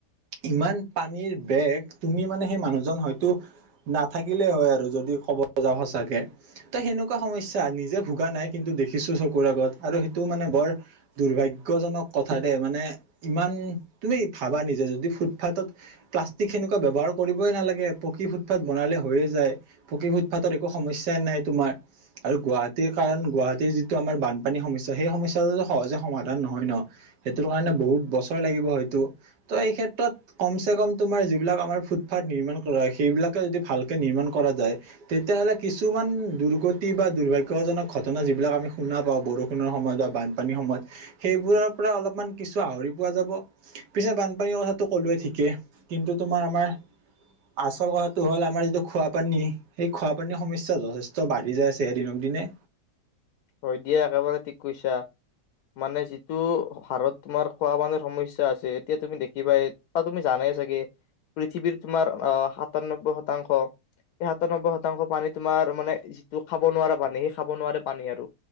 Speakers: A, on the right; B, on the left.
A: ইমান পানীৰ বেগ তুমি মানে সেই মানুহজন হয়তো নাথাকিলেই হয় আৰু যদি ক'ব যাওঁ সঁচাকে ত সেনেকুৱা সমস্যা নিজে ভোগা নাই কিন্তু দেখিছো চকুৰ আগত আৰু সেইটো মানে বৰ দুৰ্ভাগ্যয়জনক কথাদে মানে ইমান। তুমি ভাবা নিজে যদি ফুটপাথত প্লাষ্টিক সেনেকুৱা ব্যৱহাৰ কৰিবই নালাগে পকী ফুটপাথ বনালে হৈয়ে যায় পকী ফুটপাথৰ একো সমস্যাই নাই তোমাৰ আৰু গুৱাহাটীৰ কাৰণ গুৱাহাটীৰ যিটো আমাৰ বানপানীৰ সমস্যা সেই সমস্যাটো সহজে সমাধান নহয় ন সেইটো কাৰণে বহুত বছৰ লাগিব হয়। ত' এই ক্ষেত্ৰত কম চে কম তোমাৰ যিবিলাক আমাৰ ফুটপাথ নিৰ্মাণ কৰা হয় সেইবিলাকে যদি ভালকে নিৰ্মাণ কৰা যায় তেতিয়াহ'লে কিছুমান দুৰ্গতি বা দুৰ্ভাগ্যয়জনক ঘটনা যিবিলাক আমি শুনা পাওঁ বৰষুণৰ সময়ত বা বানপানীৰ সময়ত সেইবোৰৰ পৰা অলপমান কিছু আহৰি পোৱা যাব। পিছে বানপানীৰ কথাটো ক'লোৱেই ঠিকেই কিন্তু তোমাৰ আমাৰ আচল কথাটো হ'ল আমাৰ যিটো খোৱাপানী সেই খোৱাপানীৰ সমস্যা যথেষ্ট বাঢ়ি যায় আছে দিনক দিনে।
B: হয় দিয়া একেবাৰে ঠিক কৈছা মানে যিটো হাৰত তোমাৰ খোৱা পানীৰ সমস্যা আছে এতিয়া তুমি দেখিবা ত তুমি জানেই চাগে পৃথিৱীৰ তোমাৰ অ সাতাননব্বৈ শতাংশ এই সাতাননব্বৈ শতাংশ পানী তোমাৰ মানে যিটো খাব নোৱাৰা পানী সেই খাব নোৱাৰে পানী আৰু।